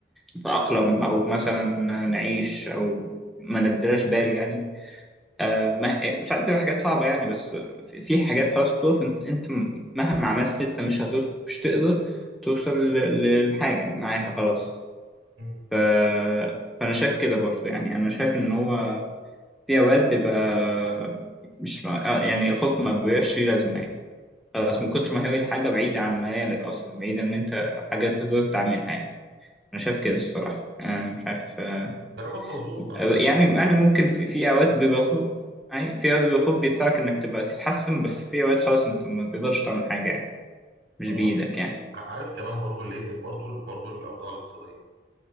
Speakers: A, in the centre; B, on the right.
A: نتأقلم أو مثلا نعيش أو ما نديلاش بال يعني آه، ما ساعات بتبقى حاجات صعبة يعني بس في في حاجات خلاص بتقف أنت أنت مهما عملت أنت مش هتقدر مش تقدر توصل ل- للحاجة معاها خلاص
B: مم.
A: ف...
B: مم.
A: فأنا شايف كده برضه يعني أنا شايف إن هو في أوقات بيبقى مش مع... آه، يعني الخوف ما بيبقاش ليه لازمة يعني خلاص
B: أيوة.
A: من كتر ما هي الحاجة بعيدة عن مجالك أصلا بعيدة إن أنت حاجة تقدر تعملها يعني أنا شايف كده الصراحة أنا مش عارف آه،
B: كلامك مظبوط كلامك
A: يعني
B: مظبوط
A: يعني ممكن في, في أوقات بيبقى خوف يعني في أوقات بيبقى خوف بيدفعك إنك تبقى تتحسن بس في أوقات خلاص أنت ما تقدرش تعمل حاجة يعني مش
B: طبعا
A: بإيدك يعني
B: ع- عارف كمان برضو اللي يقلق برضو برضو الاوضاع الاقتصادية